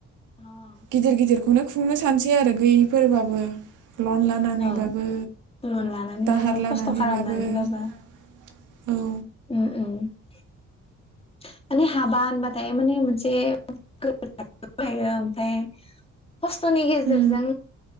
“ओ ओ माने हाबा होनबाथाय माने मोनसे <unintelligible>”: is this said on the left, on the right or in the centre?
Left